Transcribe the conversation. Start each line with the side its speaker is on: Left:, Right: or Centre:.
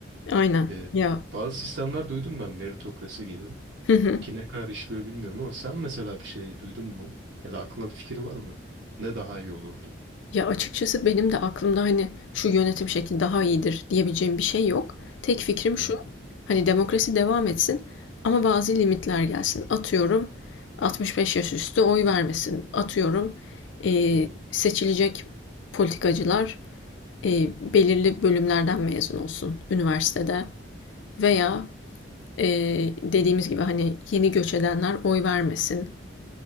Left: Aynen.
Right: E,
Left: Ya.
Right: bazı sistemler duydum ben meritokrasi gibi
Left: <laughs>
Right: ki ne kadar işliyor bilmiyorum ama sen mesela bir şey duydun mu? Ya da aklında bir fikir var mı? Ne daha iyi olurdu?
Left: Ya açıkçası benim de aklımda hani şu yönetim şekli daha iyidir diyebileceğim bir şey yok. Tek fikrim
Right: Hı
Left: şu,
Right: hı.
Left: hani demokrasi devam etsin ama bazı limitler gelsin. Atıyorum 65 yaş üstü oy vermesin. Atıyorum eee,
Right: Hı hı.
Left: seçilecek politikacılar eee, belirli bölümlerden mezun olsun üniversitede veya eee, dediğimiz gibi hani yeni göç edenler oy vermesin